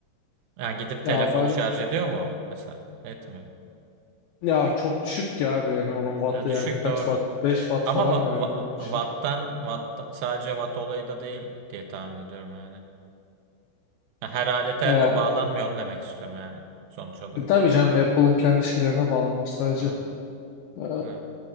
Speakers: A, on the right (about 75°); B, on the left (about 85°).
A: Yani gidip
B: Ya
A: telefonu
B: ben
A: şarj ediyor mu o mesela? Etmiyor.
B: Ya çok düşük ya abi yani onun wattı
A: Ya düşük
B: yani kaç
A: doğru.
B: watt? beş watt
A: Ama
B: falan
A: wa,
B: herhalde
A: wa-
B: öyle bir şey.
A: watt'tan, watt'tan- sadece watt olayı da değil diye tahmin ediyorum yani. Her alete
B: Ya
A: o bağlanmıyor onu demek istiyorum yani sonuç olarak.
B: e, tabii canım Apple'ın kendi şeylerine bağlanmış sadece.
A: Evet.
B: Ee,
A: Evet.